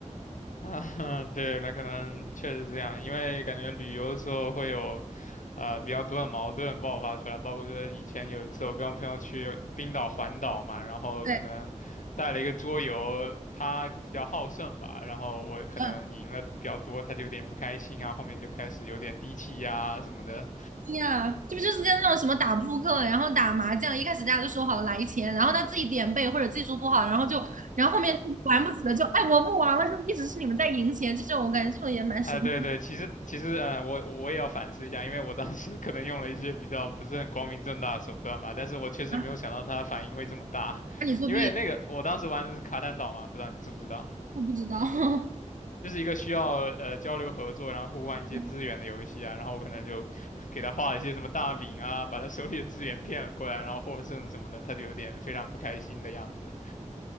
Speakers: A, on the left; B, on the right.
A: 啊，<laughs> 对，那可能确实这样，因为感觉旅游的时候会有，呃，比较多的矛盾爆发出来，包括说以前有一次我跟我朋友去冰岛环岛嘛，然后可能带了一个桌游，
B: 对，
A: 他比较好胜吧，然后我可能赢了比较多，
B: 嗯，
A: 他就有点不开心啊，后面就开始有点低气压啊什么的。
B: 呀，这不就是像那种什么打扑克，然后打麻将，一开始大家就说好了来钱，然后他自己点背或者技术不好，然后就，然后后面玩不起了就，哎，我不玩了，就一直是你们在赢钱，这种我感觉这种也蛮神。
A: 啊，对对，
B: 奇。
A: 其实其实，呃，我我也要反思一下，因为我当时 <laughs> 可能用了一些比较不是很光明正大的手段吧，但是我确实没有想到它反应会这么大，
B: 啊，那你作弊，
A: 因为那个我当时玩的是卡坦岛嘛，不知道你知不知道，
B: 我不知道。
A: 就是一个需要呃交流合作，然后互换一些资源的游戏啊，
B: <laughs>
A: 然后我可能就 <laughs> 给他画了一些什么大饼啊，把他手里的资源骗了过来，然后获胜什么的，他就有点非常不开心的样子。